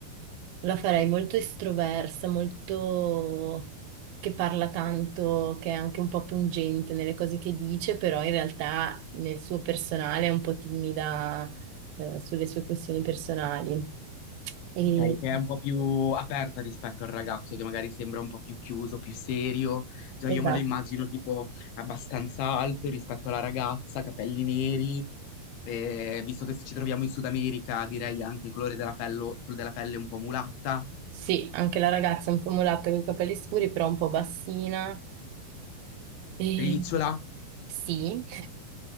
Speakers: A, on the right (about 80°); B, on the left (about 80°).
A: La farei molto estroversa, molto che parla tanto, che è anche un po' pungente nelle cose che dice, però in realtà nel suo personale è un po' timida, eh, sulle sue questioni personali. E...
B: Ok, che è un po' più aperta rispetto al ragazzo che magari sembra un po' più chiuso, più serio. Già io
A: Esatto.
B: me lo immagino tipo abbastanza alto rispetto alla ragazza, capelli neri. Eh, visto che ci troviamo in Sud America, direi anche il colore della pelle, quello della pelle un po' mulatta,
A: Sì, anche la ragazza è un po' mulatta con i capelli scuri, però un po' bassina. E...
B: ricciola.
A: Sì,